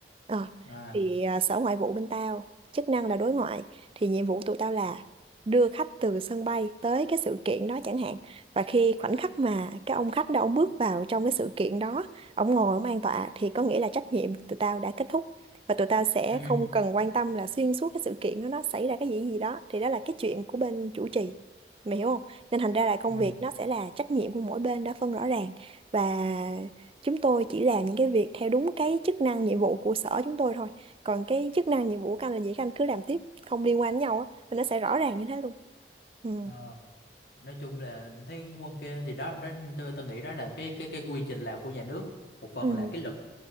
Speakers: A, on the right; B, on the left.
A: Ờ,
B: à
A: thì à, sở ngoại vụ bên tao chức năng là đối ngoại thì nhiệm vụ tụi tao là đưa khách từ sân bay tới cái sự kiện đó chẳng hạn và khi khoảnh khắc mà cái ông khách đó ông bước vào trong cái sự kiện đó ông ngồi ông an tọa thì có nghĩa là trách nhiệm tụi tao đã kết thúc và tụi tao sẽ
B: ừ
A: không cần quan tâm là xuyên suốt cái sự kiện đó nó xảy ra cái gì gì đó thì đó là cái chuyện của bên chủ trì mày hiểu không nên thành ra là công
B: ừ
A: việc nó sẽ là trách nhiệm của mỗi bên đã phân rõ ràng và chúng tôi chỉ làm những cái việc theo đúng cái chức năng nhiệm vụ của sở chúng tôi thôi còn cái chức năng nhiệm vụ của anh là gì các anh cứ làm tiếp không liên quan đến nhau á thì nó sẽ rõ ràng như thế luôn ừ
B: ờ nói chung là thấy cũng ok thì đó đó tôi tôi nghĩ đó là cái cái cái quy trình làm của nhà nước một phần
A: ừ
B: là cái